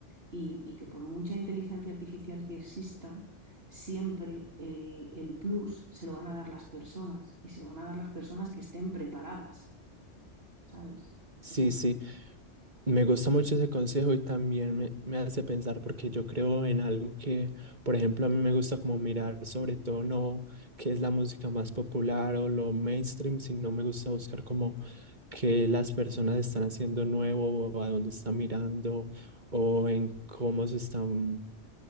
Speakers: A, on the right (about 55°); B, on the right (about 40°).
A: y, y que por mucha inteligencia artificial que exista, siempre el, el plus se lo van a dar las personas y se lo van a dar las personas que estén preparadas, ¿sabes?
B: Sí,
A: Esa
B: sí, me gusta mucho ese consejo y también me, me hace pensar porque yo creo en algo que, por ejemplo, a mí me gusta como mirar sobre todo no qué es la música más popular o lo mainstream, sino me gusta buscar como qué las personas están haciendo nuevo o a dónde están mirando o en cómo se están